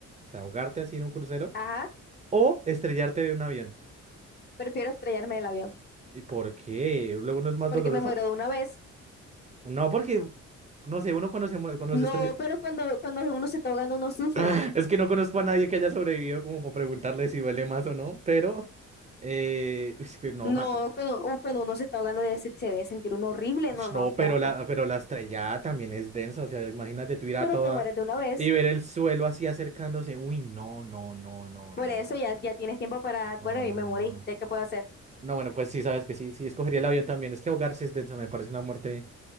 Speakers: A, on the right; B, on the left.
A: O sea, ahogarte así en un crucero.
B: ajá.
A: ¿O estrellarte de un avión?
B: Prefiero estrellarme del avión,
A: ¿Y por qué? ¿Luego no es más
B: porque
A: doloroso?
B: me muero de una vez.
A: No, porque, no sé, uno cuando se muere, cuando
B: No,
A: se estrella...
B: pero
A: <sighs>
B: cuando, cuando uno se está ahogando, uno sufre.
A: <laughs> Es que no conozco a nadie que haya sobrevivido como para preguntarle si duele más o no, pero... eh, es que no,
B: No,
A: man.
B: cuando, u- cuando uno se está ahogando, ya se, se debe sentir uno horrible.
A: Ush,
B: No, no,
A: No, pero
B: qué asco.
A: la, pero la estrellada también es densa, o sea, imagínate tú ir a
B: Pero
A: toda
B: te mueres de una vez.
A: y ver el suelo así acercándose. Uy, no, no, no, no,
B: Por
A: no,
B: eso
A: parce.
B: ya, ya tienes tiempo para.
A: No,
B: Bueno,
A: no,
B: y me morí.
A: no, no.
B: ¿Ya qué puedo hacer?
A: No, bueno, pues sí, sabes que sí, sí, escogería el avión también. Es que ahogarse es densa, me parece una muerte